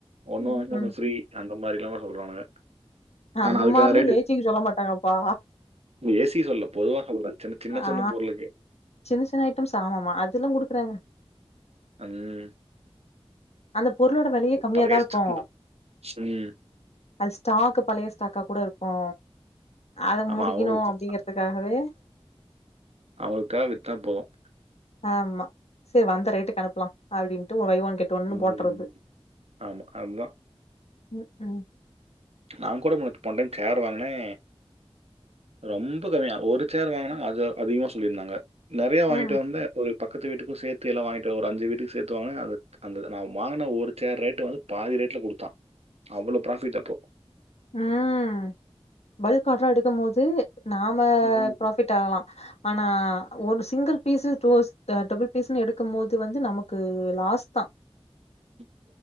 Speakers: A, on the right (about 75°); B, on the left (about 85°).
A: ஒன்னு
B: ம்
A: வாங்குணா
B: ம்
A: ஒன்னு ஃப்ரீ அந்த மாரிலா சொல்றானுங்க
B: அந்த
A: ஆனா அதுக்கான
B: மாரிலா ஏ சிக்கு சொல்ல மாட்டாங்கப்பா
A: ஏ சி சொல்லல பொதுவா சொல்றே சின்ன சின்ன சின்ன
B: ஆ
A: பொருளுக்கு
B: சின்ன சின்ன ஐட்டம்ஸ் ஆமாமா அதெல்லா குடுக்குறாங்க
A: அம்
B: அந்த பொருளோட வெலையே கம்மியாதா
A: பழைய
B: இருக்கு
A: ஸ்ட- இந்த ம்
B: அஸ் ஸ்டாக்கு பழைய ஸ்டாக்கா கூட இருக்கு அத
A: ஆமா
B: முடிக்கணு
A: அவங்களுக்கு
B: அப்படிங்றதுக்காகவே
A: அவுங்களுக்கு தேவ வித்தா போதும்
B: ஆமா செரி வந்த ரேட்க்கு அனுப்லா அப்டின்ட்டு ஒ பை ஒன் கெட் ட்டோண்ணு
A: ம்
B: போட்றது
A: ஆமா அதுதான்
B: ம் ம்
A: நான் கூட <unintelligible> போண் டைம் சேர் வாங்னே ரொம்ப கம்மியா ஒரு சேர் வாங்குனாங்க அது அதிகமா சொல்லிருந்தாங்க நெறையா வாங்கிட்டு
B: ம்,
A: வந்தே ஒரு பக்கத்து வீட்டுக்கும் சேத்து எல்லா வாங்கிட்டு ஒரு அஞ்சு வீட்டுக்கு சேத்து வாங்குனே அது அந்த நான் வாங்குன ஒரு சேர் ரேட்டு வந்து பாதி ரேட்ல குடுத்தா அவ்வளோ ப்ராஃபிட் அப்போ
B: ம் பல்க் ஆட்ரா எடுக்கும் போது நாம
A: ம்.
B: ப்ராஃபிட் ஆகலா ஆனா ஒரு சிங்கிள் பீஸ் டோஸ் அ டபுள் பீஸ்ன்னு எடுக்கும் மோது வந்து நமக்கு லாஸ் தா
A: <unintelligible>